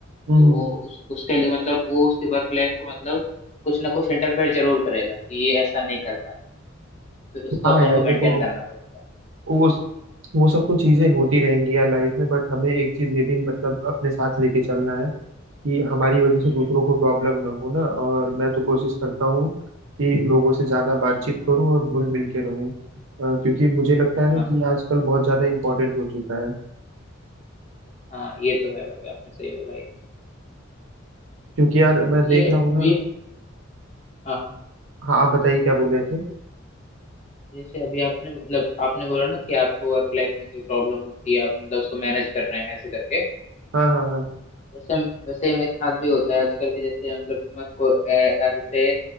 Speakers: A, on the right (about 75°); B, on the left (about 35°).
A: हम्म
B: तो
A: हम्म।
B: वो उस, उसके लिए मतलब वो उसकी वर्क लाइफ को मतलब कुछ ना कुछ इंटरफेयर जरूर करेगा कि ये ऐसा नहीं कर पाए फिर उसको
A: हाँ
B: अपन
A: यार
B: को
A: देखो
B: मेंटेन करना पड़ता है
A: वो वो सब तो चीजें होती रहेंगी यार लाइफ में बट हमें एक चीज ये भी मतलब अपने साथ लेके चलना है कि हमारी वजह से
B: हम्म
A: दूसरों को प्रॉब्लम ना हो ना और मैं तो कोशिश करता हूँ कि लोगों से ज्यादा बातचीत
B: हम्म,
A: करूँ और घुल मिल के रहूँ अ, क्योंकि मुझे लगता है
B: हाँ
A: ना कि ये आजकल बहुत ज्यादा इम्पोर्टेंट हो चुका है
B: हाँ ये तो है भाई आपने सही बोला ये
A: क्योंकि यार मैं
B: ये
A: देख रहा हूँ ना
B: ये हाँ हाँ
A: हाँ आप बताइए क्या बोल रहे थे
B: जैसे अभी आपने मतलब आपने बोला ना कि आपको वर्क लाइफ में कोई प्रॉब्लम होती है आप मतलब उसको मैनेज कर रहे हैं ऐसे करके
A: हाँ हाँ हाँ
B: जैसे वैसे मेरे साथ भी होता है आजकल के जैसे मतलब मैं को- अ, अ, जैसे